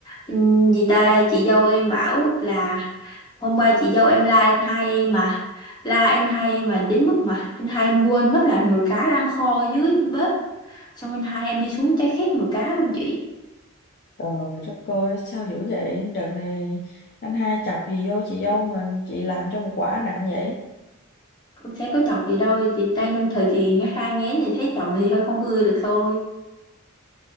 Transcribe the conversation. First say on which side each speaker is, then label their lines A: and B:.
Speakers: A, on the left; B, on the left.
A: ừ, gì ta chị dâu em bảo là hôm qua chị dâu em la anh hai em mà la anh hai em mà đến mức mà anh hai E em quên mất là nồi cá đang kho dưới bếp xong anh hai em đi xuống trái khét mùa cá luôn chị
B: trời đất ơi sao dữ vậy đợt này anh hai chọc gì vô chị dâu mà chị làm cho một quả nặng vậy
A: con sẽ có chọc gì đâu chị đang trong thời kỳ hai ngén thì thấy chồng thì hơi không ưa được thôi